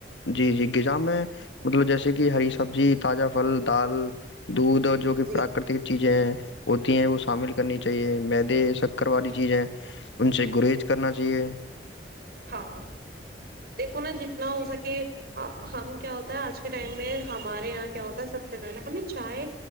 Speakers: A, on the left; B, on the right.
A: جی جی غذا میں مطلب جیسے کہ ہری سبزی تازہ پھل دال دودھ اور جو کہ
B: جی
A: پراکرتک چیزیں ہیں ہوتی ہیں وہ شامل کرنی چاہیے میدے شکر والی چیزیں ان سے گریریز کرنا چاہیے
B: ہاں دیکھو نا جتنا ہو سکے ہم کیا ہوتا ہے آج کے ٹائم میں ہمارے یہاں کیا ہوتا ہے سب ہمیں چائے